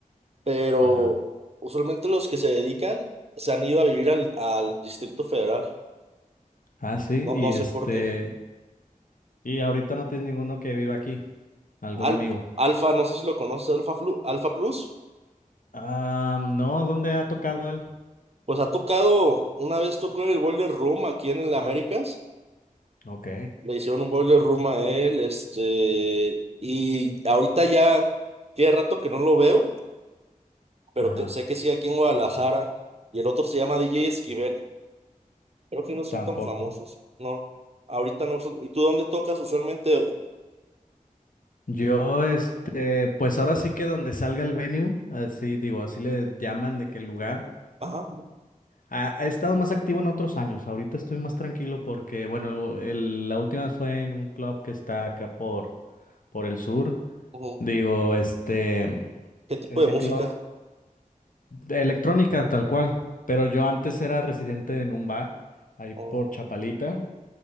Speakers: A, on the right (about 45°); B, on the left (about 70°).
A: pero
B: Ajá.
A: usualmente los que se dedican se han ido a vivir al, al Distrito Federal.
B: Ah, sí,
A: No,
B: y
A: no sé
B: este,
A: por qué.
B: y ahorita no tienes ninguno que viva aquí, algún
A: Al-
B: amigo.
A: Alfa, no sé si lo conoces, Alfa, Flu- Alfa Plus.
B: Ah, no, ¿dónde ha tocado él?
A: Pues ha tocado, una vez tocó en el Boiler Room aquí en el Américas.
B: Ok,
A: Le hicieron un Boiler Room a él, este. Y ahorita ya tiene rato que no lo veo, pero
B: ajá,
A: que, sé que sigue aquí en Guadalajara. Y el otro se llama DJ Esquivel. Creo que no son
B: tampoco.
A: tan famosos, no. Ahorita no son. ¿Y tú dónde tocas usualmente?
B: Yo, este, pues ahora sí que donde salga el venue, así digo, así le llaman de qué lugar.
A: Ajá.
B: Ha, he estado más activo en otros años. Ahorita estoy más tranquilo porque, bueno, el- la última fue en un club que está acá por, por el sur.
A: ujú.
B: Digo, este,
A: ¿Qué tipo
B: ese
A: de música?
B: club de electrónica tal cual. Pero yo antes era residente en un bar ahí
A: ¿O
B: por Chapalita.